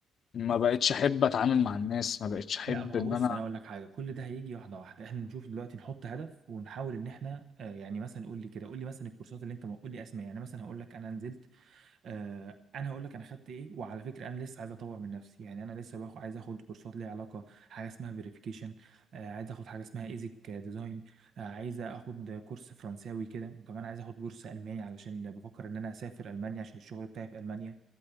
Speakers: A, on the left (about 55°); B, on the right (about 65°).
A: ما بقتش احب اتعامل مع الناس ما بقتش احب
B: لا ما
A: ان
B: هو بص
A: انا
B: انا اقول لك حاجه كل ده هيجي واحده واحده احنا نشوف دلوقتي نحط هدف ونحاول ان احنا آه، يعني مثلا قول لي كده قول لي مثلا الكورسات اللي انت ما قول لي اسماء يعني مثلا هقول لك انا نزلت آه، انا هقول لك انا خدت ايه وعلى فكره انا لسه عايز اطور من نفسي يعني انا لسه باخد عايز اخد كورسات ليها علاقه حاجه اسمها فيريفيكيشن عايز اخد حاجه اسمها ايزك ديزاين عايز اخد كورس فرنساوي كده وكمان عايز اخد كورس الماني علشان بفكر ان انا اسافر المانيا عشان الشغل بتاعي في المانيا